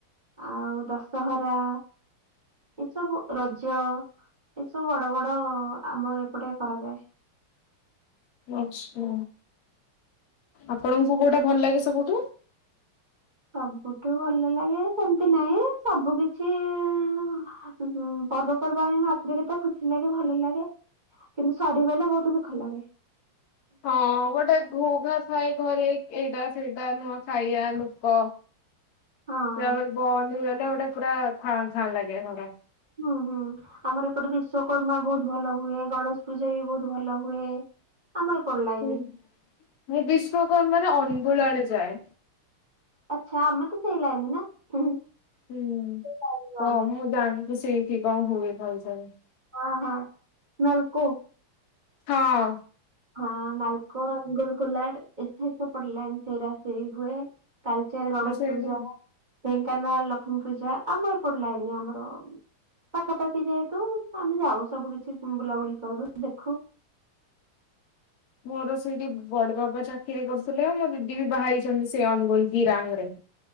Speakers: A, on the right; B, on the left.
A: ଆଉ ଦଶହରା ଏସବୁ ରଜ ଏସବୁ ବଡ଼ ବଡ଼ ଆମ ଏପଟେ କରାଯାଏ।
B: ଆଚ୍ଛା ଆପଣଙ୍କୁ କୋଉଟା ଭଲ ଲାଗେ ସବୁଠୁ?
A: ସବୁଠୁ ଭଲ ଲାଗେ ସେମତି ନାଇଁ ସବୁ କିଛି ଇ ଇ ଅଁ ଅ ହୁଁ ପର୍ବପର୍ବାଣୀ ମାତ୍ରେକେ ତ ଖୁସି ଲାଗେ ଭଲ ଲାଗେ। କିନ୍ତୁ ସରିଗଲେ ବହୁତୁ ଦୁଃଖ ଲାଗେ।
B: ହଁ ଗୋଟେ ଘୋଘା ଥାଏ ଘରେ ଏଇଟା ସେଇଟା ନୁଆ ଖାଇବା ଲୋକ
A: ହଁ।
B: ତାପରେ ବନ୍ଦ ହେଇଗଲେ ଗୋଟେ ପୁରା ଫା ଛାଁ ଲାଗେ ଘର।
A: ହୁଁ ହୁଁ ଆମର ଏପଟେ ବିଶ୍ୱକର୍ମା ବହୁତ ଭଲ ହୁଏ ଗଣେଶ ପୂଜା ବି ବହୁତ ଭଲ ହୁଏ। ଆମ ଏପଟ ଲାଇନି।
B: ହୁଁ ମୁଁ ବିଶ୍ୱକର୍ମା ରେ ଅନଗୁଳ ଆଡ଼େ ଯାଏ।
A: ଆଚ୍ଛା ଆମେ ତ ସେଇ ଲାଇନି ନା ହୁଁ।
B: ହୁଁ
A: ଲାଇନି
B: ହଁ
A: ଆମେ
B: ମୁଁ ଜାଣିଚି ସେଇଠି କଣ ହୁଏ ନଉ ସରେ।
A: ହଁ ହଁ ନାଲକୋ।
B: ହଁ।
A: ହଁ ନାଲକୋ, ଅନଗୁଲ, କୋଲାଡ଼ ଏ ସେ ହାଇ ପର ପଡ଼ିଲାଣ ସେଇରା ସେଇ ହୁଏ। ତାଳଚେର ଗଣେଶ
B: ମୁଁ ସେଇଠି
A: ପୂଜା ଢ଼େଙ୍କାନାଳ ଲକ୍ଷ୍ମୀ ପୂଜା ଆମ ଏପଟ ଲାଇନି ଆମର ପାଖାପାଖି ଯେହେତୁ ଆମେ ଯାଉ ସବୁ କିଛି ଉଁ ବୁଲାବୁଲି କରୁ ଦେଖୁ
B: ମୋର ସେଇଠି ବଡ଼ ବାବା ଚାକିରି କରୁଥିଲେ ଆଉ ମୋ ଦିଦି ବି ବାହା ହେଇଛନ୍ତି ସେ ଅନଗୁଲ ବିରାଙ୍ଗ ରେ।